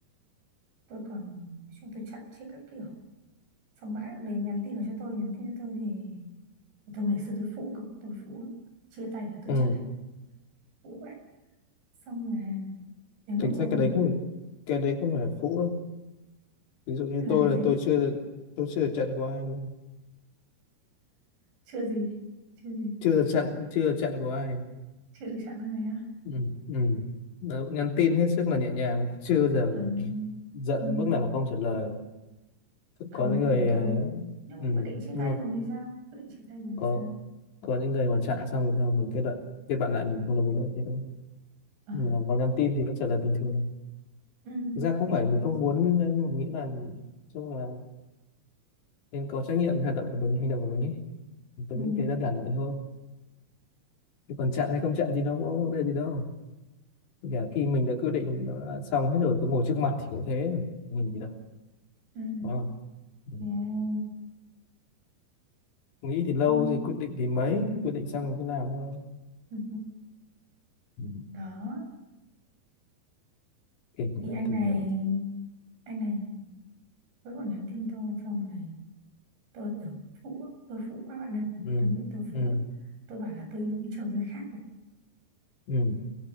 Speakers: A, on the right; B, on the left.
A: tôi còn nói chung tôi chặn chết các kiểu xong mãi cũng đến nhắn tin là cho tôi nhắn tin cho tôi thì tôi ngày xưa tôi phũ cực tôi phũ lắm. chia tay là tôi
B: Ừ.
A: chặn này phũ vậy xong là đến
B: Thực
A: lúc
B: ra
A: ông
B: cái
A: đấy
B: đấy
A: vẫn
B: không cái đấy không phải là phũ đâu. Ví dụ như
A: là
B: tôi
A: cái gì
B: là tôi chưa được tôi chưa được trận của ai luôn.
A: chưa gì chưa gì
B: chưa được trận chưa được trận của ai
A: chưa được chặn này á
B: ừ. Ừ. Đó, nhắn tin hết sức là nhẹ nhàng chưa bao giờ
A: À,
B: giận
A: ừ.
B: mức nào mà không trả lời
A: Không
B: có những
A: lúc
B: người
A: đấy tôi
B: ờ,
A: nhưng mà
B: ừ,
A: quyết định chia
B: nhưng
A: tay
B: mà
A: rồi thì sao? Quyết định chia tay rồi
B: có
A: thì sao?
B: có những người mà chặn xong rồi sao mình kết luận kết bạn lại mình không đồng ý nữa thế thôi
A: À.
B: mà có nhắn tin thì vẫn trả lời bình thường
A: Ừ.
B: thực ra không phải mình không muốn đấy, nhưng mà mình nghĩ là chung là nên có trách nhiệm với hoạt động của mình hành động của mình ấy tôi
A: Ừ.
B: nghĩ thế đơn giản vậy thôi chứ còn chặn hay không chặn thì nó có vấn đề gì đâu Kể cả khi mình đã quyết định nó đã xong hết rồi cứ ngồi trước mặt thì cũng thế rồi mình gì đâu
A: Ừ.
B: đúng không ừ.
A: Yeah.
B: nghĩ thì lâu
A: Tôi
B: thì quyết định thì mấy quyết định xong rồi cứ làm thôi
A: ừ.
B: ừ.
A: Đó
B: kể cả
A: thì
B: là
A: anh
B: thử
A: này
B: nghiệm
A: anh này vẫn còn nhắn tin tôi xong rồi tôi kiểu phũ tôi phũ quá bạn ơi
B: ừ.
A: đúng là tôi phũ
B: ừ.
A: tôi bảo là tôi đi chơi với khác rồi.
B: ừ